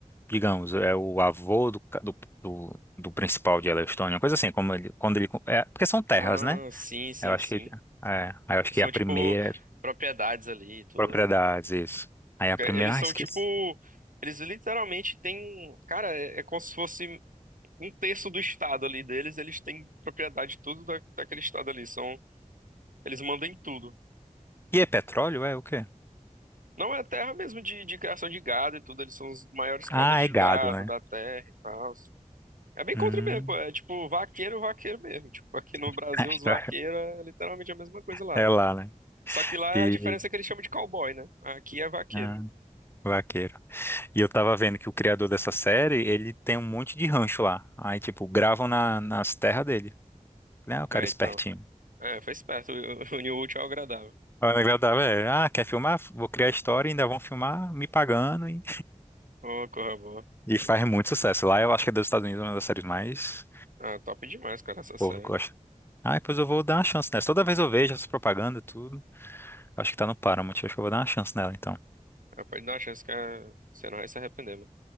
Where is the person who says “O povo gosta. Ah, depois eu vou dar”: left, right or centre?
Left